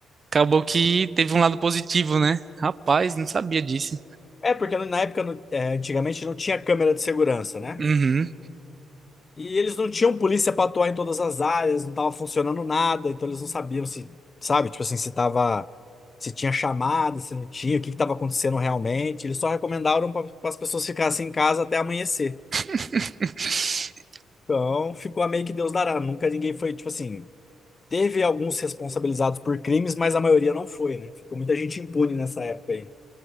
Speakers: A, on the right (about 35°); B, on the left (about 30°).
A: acabou que teve um lado positivo, né? Rapaz, não sabia disso.
B: É, porque na época, no- é, antigamente, não tinha câmera de segurança, né?
A: Uhum.
B: E eles não tinham polícia para atuar em todas as áreas, não tava funcionando nada, então eles não sabiam se, sabe, tipo assim, se tava, se tinha chamada, se não tinha, o que que tava acontecendo realmente. Eles só recomendaram para as pessoas ficassem em casa até amanhecer.
A: <laughs>
B: Então, ficou a meio que Deus dará. Nunca ninguém foi, tipo assim, teve alguns responsabilizados por crimes, mas a maioria não foi, né? Ficou muita gente impune nessa época aí.